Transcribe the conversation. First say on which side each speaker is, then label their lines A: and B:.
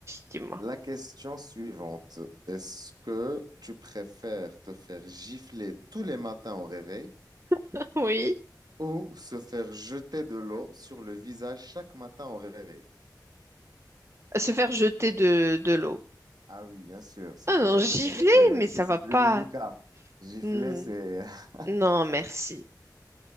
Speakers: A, on the right (about 40°); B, on the right (about 65°).
A: dis-moi.
B: La question suivante, est-ce que tu préfères te faire gifler tous les matins au réveil
A: <laughs> Oui,
B: ou se faire jeter de l'eau sur le visage chaque matin au réveil?
A: se faire jeter de, de l'eau.
B: Ah oui, bien sûr, se
A: Ah
B: faire
A: non,
B: jeter
A: gifler,
B: de l'eau, c'est,
A: mais
B: c'est-
A: ça
B: c'est
A: va pas.
B: plus délicat. Gifler,
A: Hmm,
B: c'est... <laughs>
A: Non, merci.